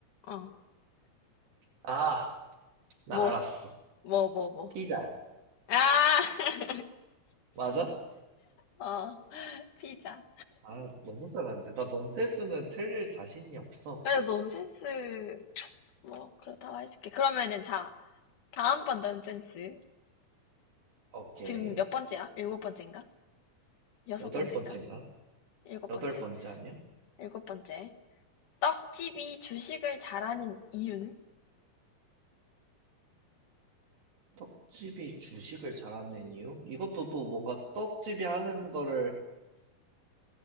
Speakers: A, on the left; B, on the right.
A: 어.
B: 아, 나
A: 뭐,
B: 알았어.
A: 뭐, 뭐, 뭐.
B: 피자.
A: 아! <laughs>
B: 맞아?
A: 어, 피자.
B: 아, 너무 잘하는데. 나 넌센스는 틀릴 자신이 없어.
A: 그래도 넌센스, 뭐, 그렇다고 해줄게. 그러면은 자, 다음번 넌센스.
B: 오케이.
A: 지금 몇 번째야? 일곱 번째인가? 여섯
B: 여덟
A: 번째인가?
B: 번째인가?
A: 일곱
B: 여덟
A: 번째.
B: 번째 아니야?
A: 일곱 번째. 떡집이 주식을 잘하는 이유는?
B: 떡집이 주식을 잘하는 이유? 이것도 또 뭔가 떡집이 하는 거를